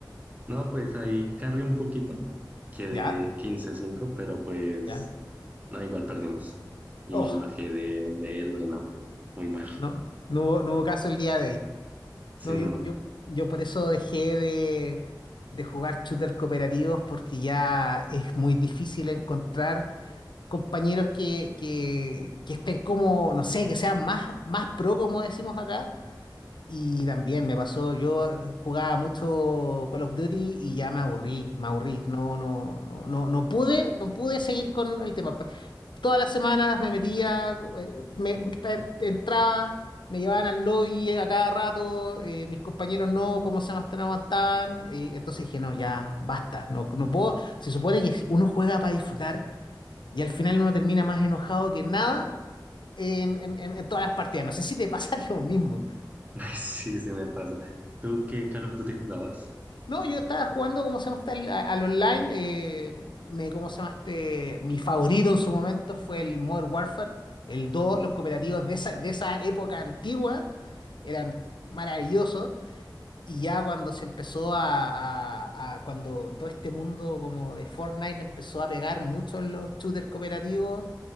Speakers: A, on the right; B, on the left.
A: No, pues ahí carré un poquito, quedé
B: ¿Ya?
A: quince cinco, pero pues
B: ¿Ya?
A: no, igual perdimos. Y
B: Oh,
A: bajé de, de Elo y no, muy mal.
B: no, no hubo, no hubo caso el día de hoy.
A: Sí,
B: No,
A: no,
B: yo, yo, yo por eso dejé de, de jugar shooters cooperativos porque ya es muy difícil encontrar compañeros que, que, que estén como, no sé, que sean más, más pro, como decimos acá Y también me pasó, yo eh, jugaba mucho Call of Duty y ya me aburrí, me aburrí. No, no, no, no, no pude, no pude seguir con el tema. Pa- Todas las semanas me metía, eh, me, pe- entraba, me llevaban al lobby a cada rato, eh, mis compañeros no, cómo se llama, no aguantaban. eh, entonces dije, no, ya, basta, no, no puedo. Se supone que si uno juega para disfrutar y al final uno termina más enojado que nada en, en en- en todas las partidas. No sé si te pasa <laughs> lo mismo.
A: <laughs> sí, sí me pasa. ¿Tú qué Call of Duty jugabas?
B: No, yo estaba jugando, ¿cómo se llama? este? Al, al online. eh, me, ¿cómo se llama? este? Mi favorito en su momento fue el Modern Warfare, el dos
A: Mm,
B: los cooperativos de esa, de esa época antigua eran maravillosos. Y ya cuando se empezó a, a- a- cuando todo este mundo como de Fortnite empezó a pegar mucho en los shooters cooperativos,